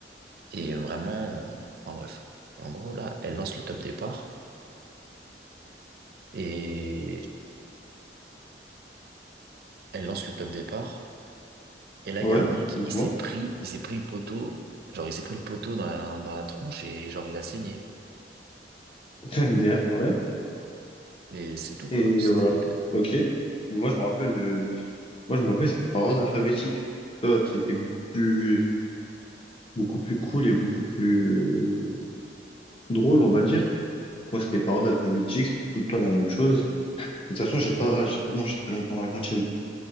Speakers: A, on the right (about 60°); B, on the left (about 30°).
A: Et vraiment, en bref. Et en gros, là, elle lance le top départ. Et elle lance le top départ. Et là,
B: Ouais.
A: il y a un mec,
B: Dis-moi.
A: il s'est pris, il s'est pris le poteau. Genre, il s'est pris le poteau dans la, dans la tronche et genre, il a saigné.
B: <laughs> MDR, ouais.
A: Et c'est tout, quoi.
B: Et
A: C'était,
B: voilà. Ok. Moi, je me rappelle, euh, moi, je me rappelle, c'était par ordre alphabétique. Toi, c'était beaucoup plus, beaucoup plus cool et beaucoup plus euh, drôle, on va dire. Moi, c'était par ordre alphabétique, c'était tout le temps la même chose. De toute façon, j'ai pas, j'ai pas mangé très longtemps à la cantine.